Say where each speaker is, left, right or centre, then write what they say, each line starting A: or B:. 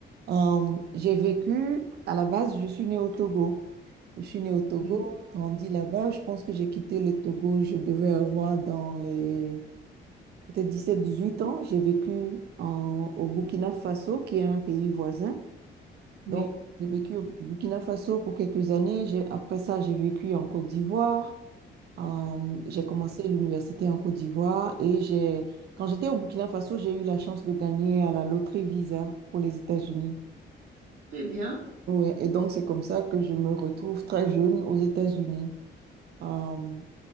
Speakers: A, on the right; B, on the right.
A: Euh, j'ai vécu, à la base, je suis née au Togo. Je suis née au Togo,
B: Oui.
A: grandi là-bas. Je pense que j'ai quitté le Togo, je devais avoir dans les peut-être dix sept, dix huit ans. J'ai vécu en- au Burkina Faso, qui est un pays voisin.
B: Oui.
A: Donc, j'ai vécu au Burkina Faso pour quelques années. J'ai- après ça, j'ai vécu en Côte d'Ivoire. Euh, j'ai commencé l'université en Côte d'Ivoire et j'ai, quand j'étais au Burkina Faso, j'ai eu la chance de gagner à la loterie Visa pour les États-Unis.
B: Très bien.
A: Oui, et donc c'est comme ça que je me retrouve très jeune aux États-Unis. Euh,